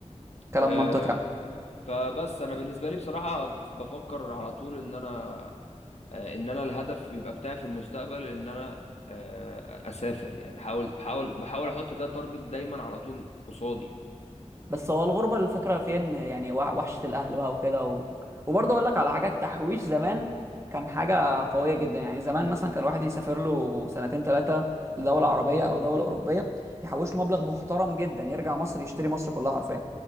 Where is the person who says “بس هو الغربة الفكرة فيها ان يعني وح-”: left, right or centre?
Right